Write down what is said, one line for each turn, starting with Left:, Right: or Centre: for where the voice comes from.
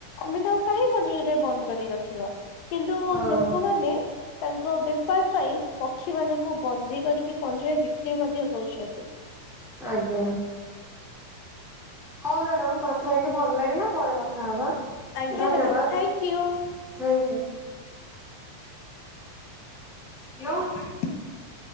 Left: ଆମେ ତାକୁ କାହିଁ ପଞ୍ଜୁରୀ ରେ ବନ୍ଦ କରି ରଖିବା। କିନ୍ତୁ
Centre: ହଁ
Left: ଲୋକମାନେ ତାଙ୍କ ବେପାର ପାଇଁ ପକ୍ଷୀ ମାନଙ୍କୁ ବନ୍ଦୀ କରିକି ପଞ୍ଜୁରୀରେ ବିକ୍ରି ମଧ୍ୟ କରୁଛନ୍ତି।
Centre: ଆଜ୍ଞା। ହଉ ମ୍ୟାଡାମ କଥା ହେଇକି ଭଲ ଲାଗିଲା ପରେ କଥା ହବା
Left: ଆଜ୍ଞା
Centre: ଧନ୍ୟବାଦ।
Left: ମ୍ୟାଡାମ Thank you.
Centre: Thank you. Hello.
Left: <inaudible>